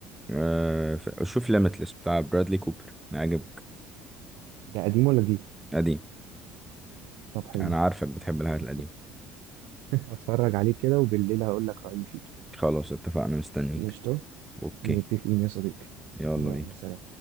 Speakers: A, in the centre; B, on the right.
A: آه ف- شوف ليميتلس بتاع برادلي كوبر عجبك
B: ده قديم ولا جديد
A: قديم
B: طب حلو
A: انا عارفك بتحب الحاجات
B: <laughs>
A: القديمة
B: اتفرج عليه كده وبالليل هقول لك رأيي فيه
A: خلاص اتفقنا مستنيك
B: قشطة
A: اوكي
B: متفقين يا صديقي
A: يلا
B: يلا
A: بينا
B: سلام